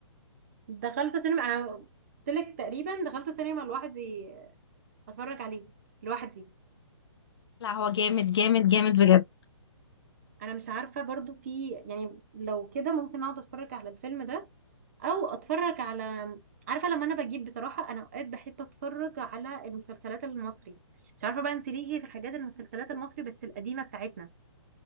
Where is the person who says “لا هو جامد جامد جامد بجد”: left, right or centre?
Left